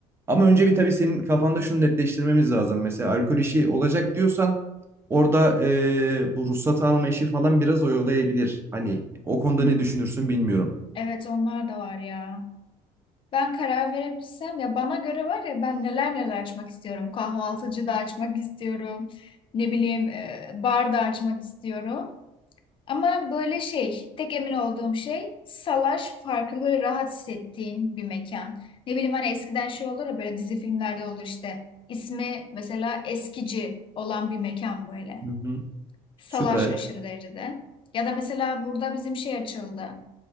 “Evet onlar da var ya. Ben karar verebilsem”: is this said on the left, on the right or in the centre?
Left